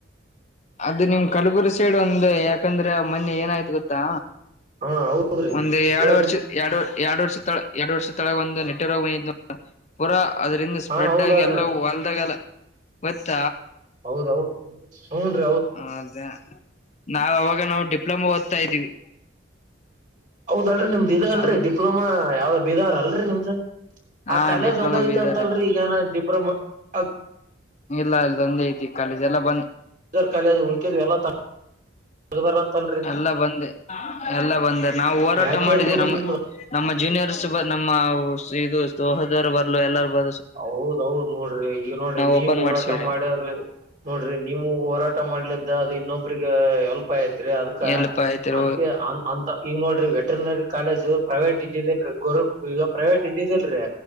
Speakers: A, on the left; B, on the right.
A: ಅದು ನಿಮ್ ಕಲಬುರ ಸೈಡ್ ಒಂದು ಯಾಕಂದ್ರೆ ಆ ಮೊನ್ನೆ ಏನಾಯ್ತು ಗೊತ್ತಾ
B: ಹಾ ಹೌದ್ರಿ
A: ಒಂದ ಎರಡು
B: ಹೇಳ್ರಿ
A: ವರ್ಷ ಎರಡು ಎರಡು ವರ್ಷ ತ ಎರಡು ವರ್ಷ ತಳ ಒಂದು ನೆಟ್ <unintelligible> <unintelligible> ಪೂರಾ ಅದರಿಂದ ಸ್ಪ್ರೆಡ್
B: ಹಾ ಹೌದಳ್ರಿ
A: ಆಗಿ ಎಲ್ಲೂ ಹೊಲ್ದಾಗೆಲ್ಲ ಗೊತ್ತ
B: ಹೌದೌದು ಹುಂದ್ರಿ
A: ಹ ಅದೇ ನಾವು ಅವಾಗ ನಾವು ಡಿಪ್ಲೊಮಾ ಓದ್ತಾ ಇದ್ದೀವಿ
B: ಹೌದಲ್ರರಿ ನಿಮ್ದ ಇದ ಅಲ್ರರಿ
A: ಅದು
B: ಡಿಪ್ಲೊಮಾ ಯಾವ್ದ ಬಿದಾರ ಅಲ್ರರಿ ನಿಮ್ದ
A: ಹಾ
B: ಆ ಕಾಲೇಜ್
A: ಡಿಪ್ಲೊಮಾ
B: ಒಂದ ಐತ್ಂತಲ್ರರಿ
A: ಬೀದರ್
B: ಈಗಾನ ಡಿಪ್ರೊಮ <unintelligible>
A: ಇಲ್ಲ ಇಲ್ಲ ಒಂದೇ ಐತಿ ಕಾಲೇಜ್ ಎಲ್ಲ ಬಂದ್
B: <unintelligible> ಜರ ಕಾ <unintelligible> ಉಳಕ ವಲ್ಲ ಹದ ಅಂತಲ್ರಿ
A: ಎಲ್ಲ ಬಂದ ಎಲ್ಲ ಬಂದ ನಾವು ಹೋರಾಟ
B: ಯಾಕೆ
A: ಮಾಡಿದ್ದೇ
B: ಇರ್ಬೋದ್ರಿ
A: ನಮಗೆ
B: ನಿಮ್ದ
A: ನಮ್ಮ ಜೂನಿಯರ್ಸ್ ಬ ನಮ್ಮ ಇದು ಸೋಹದರ್ ಬರ್ಲು ಎಲ್ಲಾರ ಬ
B: ಹೌದೌದು ದ್ ನೋಡ್ರಿ ಈಗ ನೋಡ್ರಿ ನೀವ್
A: ಓಪನ್
B: ಹೋರಾಟ
A: ಮಾಡ್ಸವ್ರಿ
B: ಮಾಡ್ಯವ್ರಿ ನೋಡ್ರಿ ನೀವು ಹೋರಾಟ ಮಾಡ್ಲಿದ್ದ ಅದು ಇನ್ನೊಬ್ರಿಗೆ ಹೆಲ್ಪ್ ಆಯ್ತ್ ಅದಕ್ಕ
A: ಎಲ್ಲಪಾ ಆಯ್ತರ
B: ಅಂತ ಅಂತ ಈಗ ನೋಡ್ರಿ ವೆಟ್ರನರಿ ಕಾಲೇಜ್ ಪ್ರೈವೇಟ್ ಇದೇನ್ರಿ ಗರ್ ಈಗ ಪ್ರೈವೇಟ್ ಇದ್ದಿದ್ದಿಲ್ರರಿ